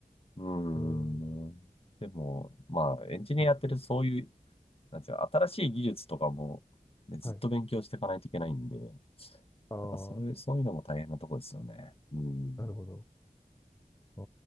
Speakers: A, on the left; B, on the left.
A: うーん。
B: おー
A: でも、まあ、エンジニアやってるとそういう、
B: うん
A: なんていうか、新しい技術とかも、ね、ずっと勉強していかないといけないんで、
B: はい。ああ、
A: なんかそういう、そういうのも大変なとこですよね。うん。
B: なるほど。あ